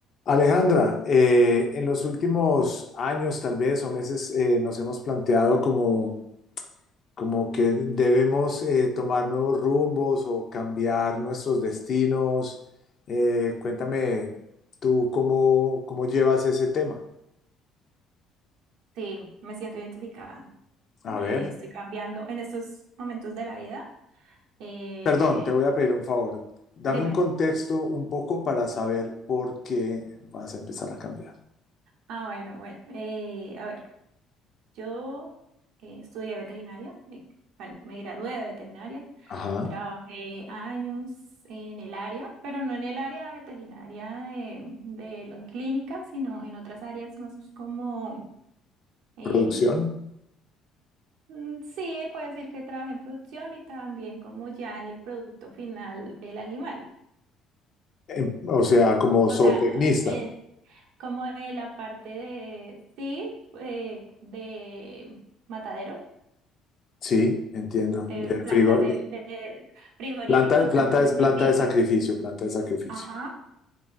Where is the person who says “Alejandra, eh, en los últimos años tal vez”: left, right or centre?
Left